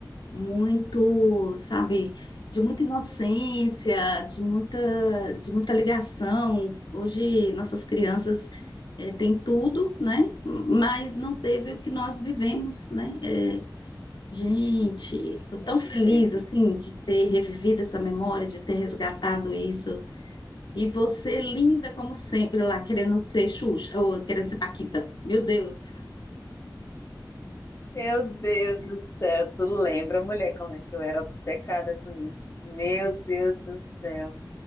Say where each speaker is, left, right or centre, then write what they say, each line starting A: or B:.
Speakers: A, on the left; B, on the left.
A: muito, sabe, de muita inocência, de muita, de muita ligação. Hoje nossas crianças eh, têm tudo, né? Mas não teve o que nós vivemos, né? Eh, gente, estou
B: A gente
A: tão feliz
B: teve.
A: assim de ter revivido essa memória, de ter resgatado isso. E você linda como sempre lá, querendo ser Xuxa, ou querendo ser Paquita. Meu Deus.
B: Meu Deus do céu, tu lembra, mulher, como é que eu era obcecada com isso? Meu Deus do céu.